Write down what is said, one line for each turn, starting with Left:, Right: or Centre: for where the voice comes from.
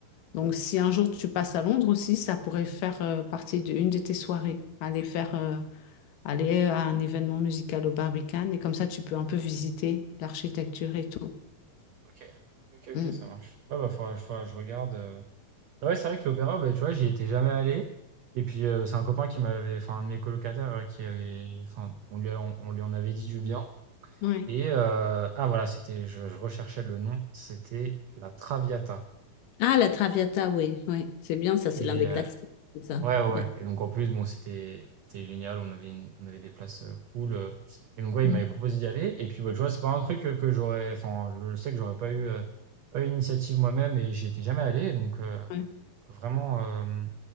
Left: Donc, si un jour tu passes à Londres aussi, ça pourrait faire euh, partie d'une de tes soirées. Aller faire, euh, aller à un événement musical au Barbican et comme ça, tu peux un peu visiter l'architecture et tout.
Right: OK. OK,
Left: Mm.
Right: OK, ça marche. Ouais, bah, faudra faudra que je regarde, heu Ouais, c'est vrai que l'opéra, bah, tu vois, j'y étais jamais allé. Et puis, euh, c'est un copain qui m'avait, enfin, un de mes colocataires euh, qui avait, enfin, on lui, a- on, on lui en avait dit du bien.
Left: Oui.
Right: Et, euh, ah, voilà, c'était, je, je recherchais le nom, c'était la Traviata.
Left: Ah, la Traviata, oui, oui. C'est bien, ça, c'est
Right: Et,
Left: l'un des
Right: euh,
Left: classiques, c'est ça.
Right: ouais, ouais. ouais.
Left: Oui.
Right: Et donc, en plus, bon, c'était, c'était génial, on avait une- on avait des places euh, cool. euh. Et donc, ouais, il
Left: Mm.
Right: m'avait proposé d'y aller. Et puis, bah, tu vois, c'est pas un truc euh, que j'aurais, enfin, je sais que j'aurais pas eu, euh, pas eu l'initiative moi-même et j'y étais jamais allé. Donc, euh,
Left: Ouais.
Right: vraiment, euh,